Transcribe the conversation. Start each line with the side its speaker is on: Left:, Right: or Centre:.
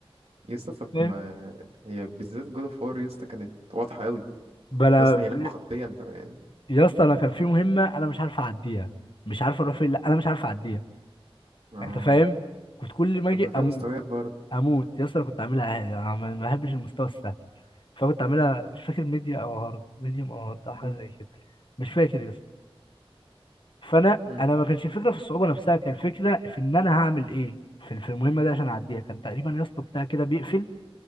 Right: يا اسطى طب
Left: فاهم
Right: ما هي بالذات جود اوف وور يا اسطى كانت واضحة قوي
Left: بلا
Right: اصلا هي
Left: في-
Right: لعبة خطية انت يعني
Left: يا اسطى انا كان في مهمه انا مش عارف اعديها مش عارف اروح فين لا انا مش عارف اعديها
Right: اه
Left: انت فاهم كنت كل ما اجي
Right: طب ما فيها
Left: اموت
Right: مستويات برضه
Left: اموت يا اسطى أنا كنت اعملها عادي انا ما ما بحبش المستوى السهل فكنت اعملها مش فاكر ميديا او هارد ميديوم او هارد او حاجه
Right: مم.
Left: زي كده مش فاكر يا اسطى فانا
Right: مم.
Left: انا ما كانش الفكره في الصعوبه نفسها كان الفكره في ان انا هعمل ايه في في المهمه دي عشان اعديها كان تقريبا يا اسطى بتاع كده بيقفل